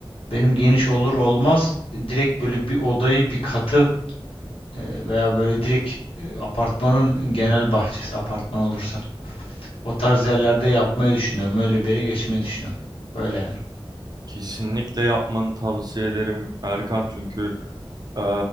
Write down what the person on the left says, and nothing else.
Benim geniş olur olmaz direkt böyle bir odayı bir katı e, veya böyle direkt e, apartmanın genel bahçesi apartman olursa o tarz yerlerde yapmayı düşünüyorum. Öyle bir yere geçmeyi düşünüyorum. Böyle yani.